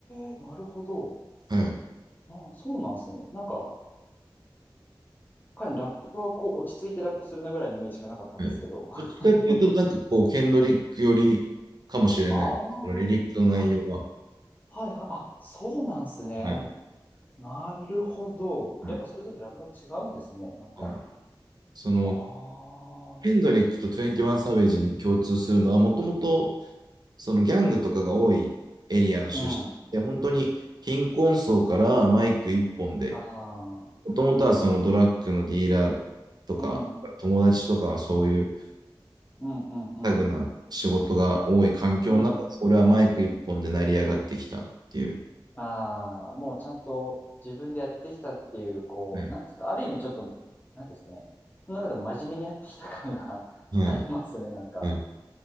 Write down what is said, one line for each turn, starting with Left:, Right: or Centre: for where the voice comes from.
Left: えー、なるほど。
Right: はい。
Left: まあ、そうなんですね。なんか、彼のラップはこう、落ち着いてラップするなぐらいのイメージしかなかったんですけど。
Right: うん、どっちかっていうと、
Left: <laughs>
Right: なんかこう、ケンドリックよりかもしれない。
Left: あ
Right: そのリリックの内容は。
Left: あ、あ、はいはい、あ、そうなんすね。
Right: はい。
Left: なるほど。
Right: はい
Left: やっぱそれぞれラップは違うんですね、なんか。
Right: うん、その、
Left: ああ、
Right: ヘンドリックと21サベージに共通するのは、もともとそのギャングとかが多いエリアの出身で、
Left: うん。
Right: 本当に貧困層からマイク一本で、
Left: ああ、
Right: もともとはそのドラッグのディーラーとか、
Left: うん、うん、
Right: 友達とかはそういう
Left: うん、うん、
Right: タグな仕事が多い環境の中で、
Left: うん。
Right: 俺はマイク一本で成り上がってきたっていう。
Left: ああ、もうちゃんと自分でやってきたっていう、こう、
Right: う
Left: なんですか、ある意味ちょっと、なんですかね、その中でも真面目にやってきた感が <laughs>
Right: んはい、
Left: ありますね、なんか。
Right: はい、